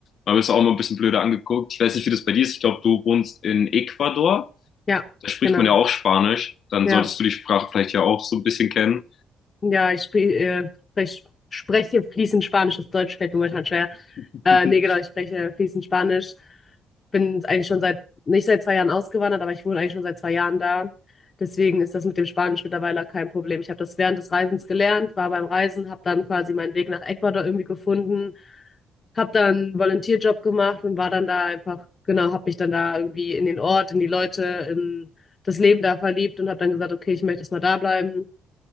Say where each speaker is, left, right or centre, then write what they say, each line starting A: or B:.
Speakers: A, on the left; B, on the left.
A: Man wirst du auch immer ein bisschen blöder angeguckt. Ich weiß nicht, wie das bei dir ist. Ich glaube, du wohnst in Ecuador
B: Ja,
A: da spricht
B: genau.
A: man ja auch Spanisch, dann
B: Ja.
A: solltest du die Sprache vielleicht ja auch so ein bisschen kennen.
B: Ja, ich spre äh, sprech, spreche fließend Spanisch. Das Deutsch fällt mir momentan schwer.
A: <laughs>
B: Äh, nee, genau, ich spreche fließend Spanisch. Bin eigentlich schon seit, nicht seit zwei Jahren ausgewandert, aber ich wohne eigentlich schon seit zwei Jahren da. Deswegen ist das mit dem Spanisch mittlerweile kein Problem. Ich habe das während des Reisens gelernt, war beim Reisen, habe dann quasi meinen Weg nach Ecuador irgendwie gefunden, habe dann einen Volunteerjob gemacht und war dann da einfach, genau, habe mich dann da irgendwie in den Ort, in die Leute, in das Leben da verliebt und habe dann gesagt, okay, ich möchte jetzt mal da bleiben.